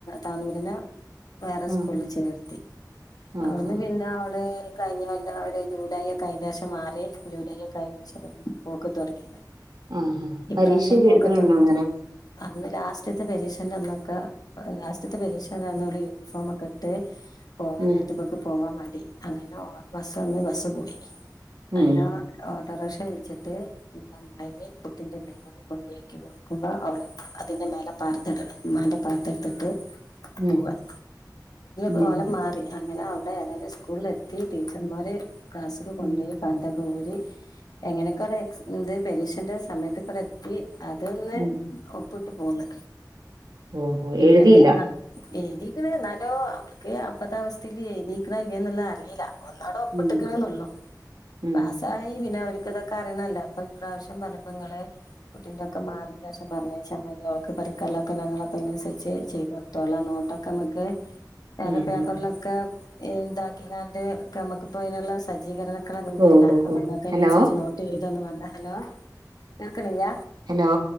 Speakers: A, on the left (about 65°); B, on the right (about 70°).
A: താനൂലിനെ വേറെ
B: ആഹ് ആഹ്
A: സ്കൂളില് ചേർത്തി
B: ആഹ്
A: അവിടുന്ന്
B: ആഹ്
A: പിന്നെ അവള് കഴിഞ്ഞ വല്ല ഒരു ജൂലൈ ഒക്കെഴിഞ്ഞേശം മാറി ജൂലൈ ഒക്കെ ആഴിഞ്ഞേശം പോക്ക് തൊടങ്ങിയത്
B: ആഹ് ആഹ്
A: ഈപ്രാവശ്യം
B: പരീക്ഷയൊക്കെ
A: പോക്
B: എഴുതലുണ്ടോ
A: തൊടങ്ങിറ്റ്
B: അന്നേരം
A: അന്ന് ലാസ്റ്റത്തെ പരീക്ഷന്റെ അന്നൊക്ക ലാസ്റ്റത്തെ പരീക്ഷാ അന്ന് അവള് യൂണിഫോം ഒക്കെ ഇട്ട് പോവാൻ
B: ഉം
A: നേരത്തപ്പക്ക് പോവാൻ മടി അങ്ങന ബസ് വന്ന് ബസ് പോയി അങ്ങനാ
B: ഉം
A: ഓട്ടോറിക്ഷ വിളിച്ചിട്ട് എന്റെ അമ്മായിയമ്മേം കുട്ടിന്റെ മേമ നോക്കി കൊണ്ടിയേക്ക് കൊടുക്കുമ്പം അവള് അതിന്റെ മേലെ പർദ്ദ ഇടണം ഉമ്മാന്റെ പർദ്ദെ എടുത്തിട്ട്
B: ഉം
A: പൂവാൻ കോലം
B: ഉം
A: മാറി അങ്ങനെ അവിടെ അതായത് സ്കൂളില് ത്തി ടീച്ചർമാരെ ക്ലാസ്സില് കൊണ്ടേപോക
B: ഉം
A: പർദ്ദെക്ക ഊരി എങ്ങനേക്കോ അവിടെ എക്സ് പെരീക്ഷന്റെ സമയത്ത് ക്കൂട എത്തി അതല്ലേ
B: ഉം.
A: ഒപ്പിട്ടുപോന്ന്
B: ഓഹോ
A: <unintelligible>
B: എഴുതിയില്ല
A: ആഹ് എഴുതിക്കണ് എന്നാലും അവൾക്ക് അപ്പത്ത അവസ്ഥേല് എഴുതിക്കണ് ഇല്ലേന്നുള്ള അറിയില്ല ഒന്നാട ഒപ്പ്
B: ഉം
A: ഇട്ട്ക്കണ്ന്നുള്ളു
B: ഉം
A: പാസ്സായി പി പിന്നെ അവർക്ക് ഇതൊക്ക അറിയുന്നല്ല അപ്പം ഇപ്രാവശ്യം പറഞ്ഞപ്പം നിങ്ങള് കുട്ടീന്റെ ഒക്കെ മാറിന്റേശം പറഞ്ഞെഴിച്ചാൽ മതി ഓൾക്ക് പഠിക്കാള്ളക്കെ ഞങ്ങള് അപ്പ അനുസരിച്ച് ചെയ്തു ത്തൊളാം നോട്ടൊക്ക ഞമക്ക് വേറെ
B: ഉം
A: പേപ്പറിലൊക്കെ
B: ഉം
A: ഇന്താക്കി കാണ്ട് ക്രമക്ക് പോയിനുള്ള സ് സജ്ജീകരണക്കള് ഉണ്ടല്ലാ
B: ഓഹ് ഓഹ്
A: ഞമ്മൾക്ക് അയിനനുസരിച്ച്
B: ഹലോ
A: നോട്ട് എയ്തൊന്നും വേണ്ടാ ഹലോ കേക്കണില്ല
B: ഹലോ